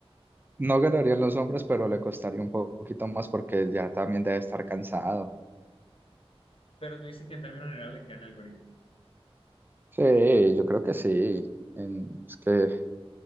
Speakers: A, on the right (about 20°); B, on the left (about 60°).
A: No ganarían los hombres, pero le costaría un poquito más porque ya también debe estar cansado.
B: Pero tú dices que en términos generales gana el gorila.
A: Sí, yo creo que sí. En- es que, es